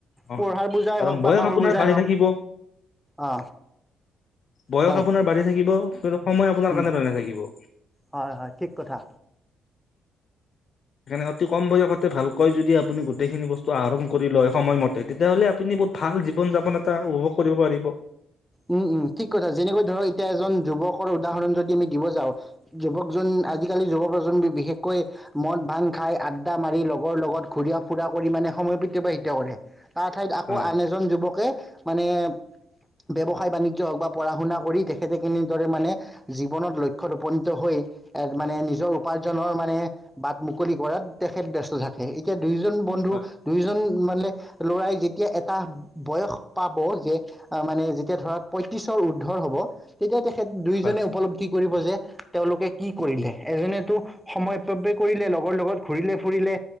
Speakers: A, on the left; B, in the centre.
A: অ
B: পঢ়াৰ বোজাই
A: কাৰণ
B: হওঁক
A: বয়স
B: বা কামৰ
A: আপোনাৰ
B: বোজাই
A: বাঢ়ি
B: হওঁক।
A: থাকিব।
B: অ'।
A: বয়স
B: হয়
A: আপোনাৰ বাঢ়ি থাকিব, কিন্তু সময় আপোনাৰ
B: উম
A: কাৰণে ৰৈ নাথাকিব।
B: হয়, হয়, ঠিক কথা।
A: সেইকাৰণে অতি কম বয়সতে ভালকৈ যদি আপুনি গোটেইখিনি বস্তু আহৰণ কৰি লয়, সময়মতে তেতিয়াহ'লে আপুনি <unintelligible> ভাল জীৱন যাপন এটা উপভোগ কৰিব পাৰিব।
B: উম, উম, ঠিক কথা যেনেকৈ ধৰক এতিয়া এজন যুৱকৰ উদাহৰণ যদি আমি দিব যাওঁ। যুৱকজন আজিকালি যুৱ প্ৰজন্ম বি-বিশেষকৈ মদ, ভাং খাই আড্ডা মাৰি লগৰ লগত ঘূৰিয়া, ফুৰা কৰি মানে সময় <unintelligible> অতিবাহিত কৰে। তাৰ ঠাইত আকৌ
A: হয়,
B: আন এজন যুৱকে মানে ব্যৱসায় বাণিজ্য হওঁক বা পঢ়া শুনা কৰি তেখেতে কেনেদৰে মানে জীৱনত লক্ষ্যত উপনীত হৈ এ, মানে নিজৰ উপাৰ্জনৰ মানে বাট মুকলি কৰাত তেখেত ব্যস্ত থাক হেই এতিয়া দুয়োজন বন্ধু,
A: হয়।
B: দুয়োজন মানে ল'ৰাই যেতিয়া এটা বয়স পাব যে, আ, মানে যেতিয়া ধৰক পয়ত্ৰিশৰ উৰ্দ্ধৰ হ'ব, তেতিয়া তেখেত দুইজনে
A: হয়,
B: উপলব্ধি কৰিব যে তেওঁলোকে কি কৰিলে এজনেতো সময় অপব্যয় কৰিলে, লগৰ লগত ঘূৰিলে, ফুৰিলে